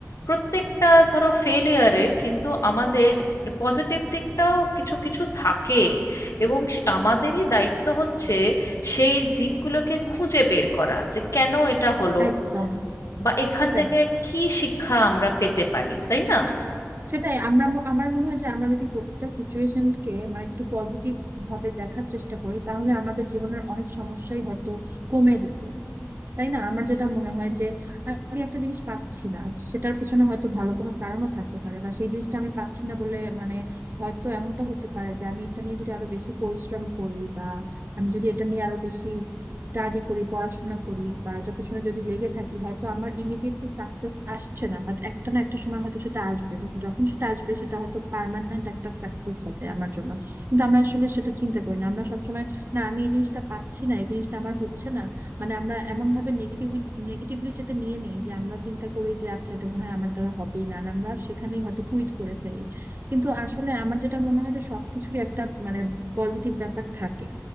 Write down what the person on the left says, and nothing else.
প্রত্যেকটা ধরো ফেলিয়ারে কিন্তু আমাদের পজিটিভ দিকটাও কিছু কিছু থাকে এবং সে- আমাদেরই দায়িত্ব হচ্ছে সেই দিকগুলোকে খুঁজে বের করা যে কেন এটা হলো
বা এখান
থেকে কি শিক্ষা আমরা পেতে পারি তাই না